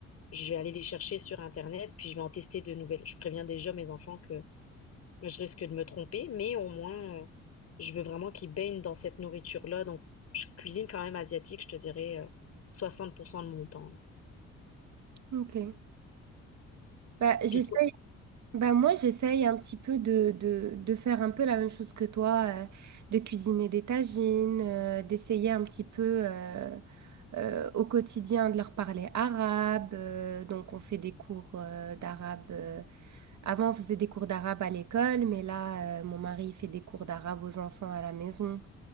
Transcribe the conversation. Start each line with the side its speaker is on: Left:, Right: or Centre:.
Left: je vais aller les chercher sur Internet, puis je vais en tester de nouvelles. Je préviens déjà mes enfants que je risque de me tromper, mais au moins, euh, je veux vraiment qu'ils baignent dans cette nourriture-là. Donc, je cuisine quand même asiatique, je te dirais, euh, 60% de mon temps. là.
Right: Ok. Bah, j'essaye,
Left: Puis
Right: bah, moi, j'essaye un petit peu de, de, de faire un peu la même chose que toi, euh, de cuisiner des tagines, euh, d'essayer un petit peu. euh, euh, au quotidien de leur parler arabe. euh, donc, on fait des cours euh, d'arabe. euh, Avant, on faisait des cours d'arabe à l'école, mais là, euh, mon mari fait des cours d'arabe aux enfants à la maison.